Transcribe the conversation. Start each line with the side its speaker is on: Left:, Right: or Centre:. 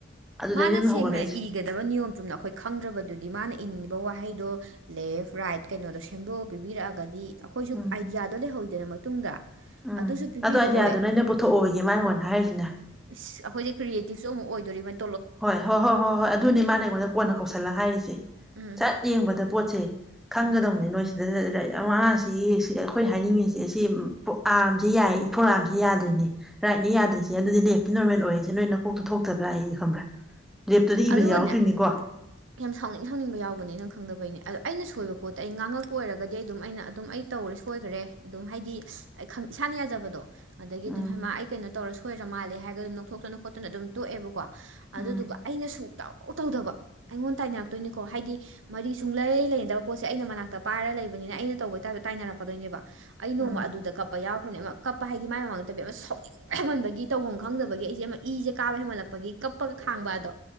Centre: ꯑꯗꯨꯗꯩꯅꯦ
Right: ꯃꯥꯅ
Centre: ꯑꯗꯨꯝ
Right: ꯁꯦꯡꯅ
Centre: ꯍꯧꯒꯠꯂꯛꯏꯁꯦ
Right: ꯏ ꯏꯒꯗꯕ ꯅꯤꯌꯣꯝ ꯆꯨꯝꯅ ꯑꯩꯈꯣꯏ ꯈꯪꯗ꯭ꯔꯕꯗꯨꯗꯤ ꯃꯥꯅ ꯏꯅꯤꯡꯉꯤꯕ ꯋꯥꯍꯩꯗꯣ ꯂꯦꯐ ꯔꯥꯏꯠ ꯀꯩꯅꯣꯗꯣ ꯁꯦꯝꯗꯣꯛꯑ ꯄꯤꯕꯤꯔꯛꯑꯒꯗꯤ ꯑꯩꯈꯣꯏꯁꯨ
Centre: ꯎꯝ
Right: ꯑꯥꯏꯗꯤꯌꯥꯗꯣ ꯂꯩꯍꯧꯗꯅ ꯃꯇꯨꯡꯗ
Centre: ꯎꯝ
Right: ꯑꯗꯨꯁꯨ ꯄꯤꯕꯤꯔꯛꯑꯣꯏ
Centre: ꯑꯗꯣ ꯑꯥꯏꯗꯤꯌꯥꯗꯨꯅ ꯑꯩꯅ ꯄꯨꯊꯣꯛꯑꯣꯌ‌ꯦ ꯃꯥꯅ ꯑꯩꯉꯣꯟꯗ ꯍꯥꯏꯔꯤꯁꯤꯅ
Right: ꯏꯁ ꯑꯩꯈꯣꯏꯁꯦ ꯀ꯭ꯔꯤꯌꯦꯇꯤꯞꯁꯨ ꯑꯃꯨꯛ ꯑꯣꯏꯗꯣꯔꯤꯕꯅ
Centre: ꯍꯣꯏ ꯍꯣꯏ ꯍꯣꯏ ꯍꯣꯏ ꯍꯣꯏ ꯑꯗꯨꯅꯤ ꯃꯥꯅ ꯑꯩꯉꯣꯟꯗ ꯀꯣꯟꯅ ꯀꯧꯁꯜꯂꯒ ꯍꯥꯏꯔꯤꯁꯦ
Right: ꯎꯝ
Centre: ꯁꯠ ꯌꯦꯡꯕꯗ ꯄꯣꯠꯁꯦ ꯈꯪꯒꯗꯧꯅꯤ
Right: ꯎꯝ
Centre: ꯅꯣꯏꯁ ꯁꯤꯗꯁꯤ <unintelligible> ꯑꯩꯈꯣꯏ ꯍꯥꯏꯅꯤꯡꯉꯁꯤ ꯁꯤ ꯑꯥꯔꯝꯁꯤ ꯌꯥꯏ ꯐꯣꯔ ꯑꯥꯝꯁꯤ ꯌꯥꯗ꯭ꯔꯤꯅꯦ ꯔꯥꯏꯠꯅꯤ
Right: ꯎꯝ
Centre: ꯌꯥꯗ꯭ꯔꯤꯁꯦ ꯑꯗꯨꯗꯤ ꯂꯦꯐꯇꯤ ꯅꯣꯔꯃꯦꯜ ꯑꯣꯏꯔꯤꯁꯦ ꯅꯣꯏ ꯅꯀꯣꯛꯇꯣ ꯊꯣꯛꯇꯕ꯭ꯔꯥꯌ‌ꯦ ꯈꯪꯕ꯭ꯔꯥ ꯂꯦꯞꯇꯨꯗꯤ
Right: ꯑ
Centre: ꯏꯕꯗꯤ
Right: ꯑꯗꯨꯒꯅꯦ
Centre: ꯌꯥꯎꯔꯛꯇꯣꯏꯅꯤꯀꯣ
Right: ꯌꯥꯝ ꯁꯥꯎꯅꯤꯡ ꯁꯥꯎꯅꯤꯡꯕ ꯌꯥꯎꯕꯅꯦ ꯅꯪ ꯈꯪꯗꯕꯩꯅꯦ ꯑꯗꯣ ꯑꯩꯅ ꯁꯣꯏꯕ ꯄꯣꯠꯇꯣ ꯑꯩ ꯉꯥꯡꯉꯛꯄ ꯑꯣꯏꯔꯒꯗꯤ ꯑꯩ ꯑꯗꯨꯝ ꯑꯩꯅ ꯑꯗꯨꯝ ꯑꯩ ꯇꯧꯈꯔꯦ ꯁꯣꯏꯈ꯭ꯔꯦ ꯑꯗꯨꯝ ꯍꯥꯏꯗꯤ ꯑꯩ ꯏꯁꯥꯅ ꯌꯥꯖꯕꯗꯣ ꯑꯗꯒꯤ
Centre: ꯎꯝ
Right: ꯑꯗꯨꯝ ꯍꯩꯃꯥ ꯑꯩ ꯀꯩꯅꯣ ꯇꯧꯔ ꯁꯣꯏꯔ ꯃꯥꯜꯂꯦ ꯍꯥꯏꯔꯒ ꯑꯗꯨꯝ ꯅꫭꯛꯊꯣꯛꯇꯅ ꯈꯣꯠꯇꯅ ꯑꯗꯨꯝ ꯇꯣꯛꯑꯦꯕꯀꯣ
Centre: ꯎꯝ
Right: ꯑꯗꯨꯗꯨꯒ ꯑꯩꯅ ꯁꯨꯡꯇꯧ ꯇꯧꯗꯕ ꯑꯩꯉꯣꯟ ꯇꯥꯏꯅꯔꯛꯇꯣꯏꯅꯤꯀꯣ ꯍꯥꯏꯗꯤ ꯃꯔꯤ ꯁꯨꯡꯂꯩ ꯂꯩꯅꯗꯕ ꯄꯣꯠꯁꯦ ꯑꯩꯅ ꯃꯅꯥꯛꯇ ꯄꯥꯏꯔ ꯂꯩꯕꯅꯤꯅ ꯑꯩꯅ ꯇꯧꯕꯩ ꯇꯥꯏꯞꯇ ꯇꯥꯏꯅꯔꯛꯀꯗꯣꯏꯅꯦꯕ ꯑꯩ ꯅꯣꯡꯃ
Centre: ꯎꯝ
Right: ꯑꯗꯨꯗ ꯀꯞꯄ ꯌꯥꯎꯈ꯭ꯔꯕꯅꯦꯅ ꯀꯞꯄ ꯍꯥꯏꯗꯤ ꯃꯥꯏ ꯃꯃꯥꯡꯗꯅꯠꯇꯕꯤ ꯑꯃ ꯁꯥꯎꯅꯤꯡ ꯍ‌ꯦꯃꯟꯕꯒꯤ ꯇꯧꯐꯝ ꯈꯪꯗꯕꯒꯤ ꯑꯩꯁꯦ ꯑꯃ ꯏꯁꯖꯦ ꯀꯥꯕ ꯍꯦꯟꯃꯜꯂꯛꯄꯒꯤ ꯀꯞꯄꯒ ꯈꯥꯡꯕ ꯍꯥꯏꯗꯣ